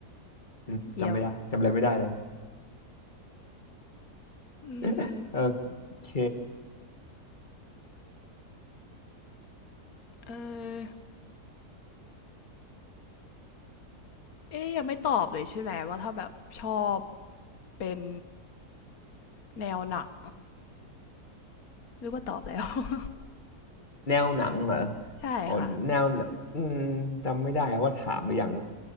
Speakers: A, on the left; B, on the left.
A: อืมจำไม่ได้จำอะไรไม่ได้เลย
B: เยี่ยมอืม
A: <laughs> โอเค
B: เออเอ๊ยยังไม่ตอบเลยใช่ไหมว่าถ้าแบบชอบ เป็นแนวหนังหรือว่าตอบแล้ว <laughs>
A: แนวหนังเหรอ
B: ใช่ค่ะ
A: อ๋อแนวหนังอืมจำไม่ได้ว่าถามไปยัง